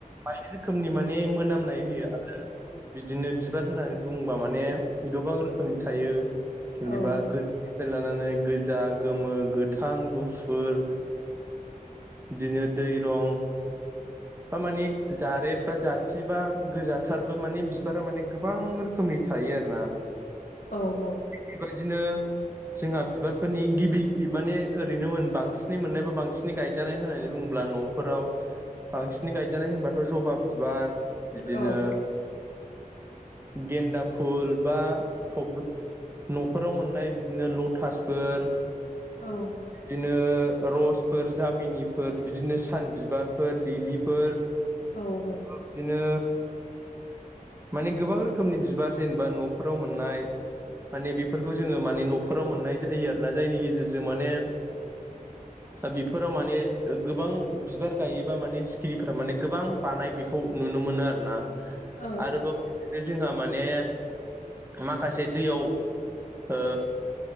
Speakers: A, on the right (about 15°); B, on the left (about 70°).
A: बायदि रोखोमनि माने मोनामनाय होयो आरो बिदिनो बिबार होननानै बुंङोबा माने गोबां रोखोमनि थायो जेनेबा
B: औ
A: गो फ्राय लानानै गोजा गोमो गोथां गुफुर बिदिनो दै रं बा माने जारेत बा जाथि बा गोजाथारबो माने बिबारा माने गोबां रोखोम रोखोमनि थायो आरो ना
B: औ औ
A: बेबायदिनो जोंहा बिबारफोरनि गिबि माने ओरैनो मोन बांसिनै मोननाय बा बांसिनै गायजानाय होननानै बुङोब्ला न' फोराव बांसिन गायजानाय होनबाथ जबा बिबार बिदिनो
B: औ <inaudible>
A: गेन्दा फुल बा थ न'फोराव मोननाय बिदिनो लटासफोर
B: औ
A: बिदिनो रसफोर जामिनिफोर बिदिनो सान बिबारफोर लिलिफोर
B: औ औ
A: बिदिनो माने गोबां रोखोमनि बिबार जेनेबा न'फोराव मोननाय माने बेफोरखौ जोङो माने न'फोराव मोननाय जायो आरोना जायनि गेजेरजों जों माने बिफोराव माने गोबां बिबार गायोबा माने सिखिरिफोरा माने गोबां बानाय बेखौ नुनो मोनो आरोना
B: औ
A: आरोबाव जोंहा माने माखासे दैयाव ओ